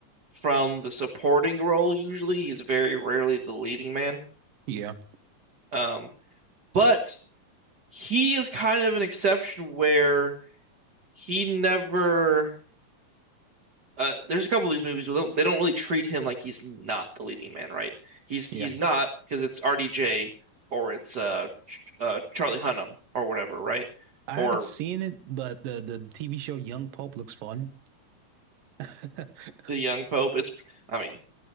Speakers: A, on the right (about 45°); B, on the right (about 75°).
A: from the supporting role. Usually, he's very rarely the leading man.
B: Yeah,
A: Um, but he is kind of an exception where he never. Uh, there's a couple of these movies where they don't really treat him like he's not the leading man, right? He's
B: yeah.
A: he's not because it's RDJ or it's uh, Ch- uh Charlie Hunnam or whatever, right?
B: I
A: Or
B: haven't seen it, but the the TV show Young Pope looks fun. <laughs>
A: the young Pope. It's I mean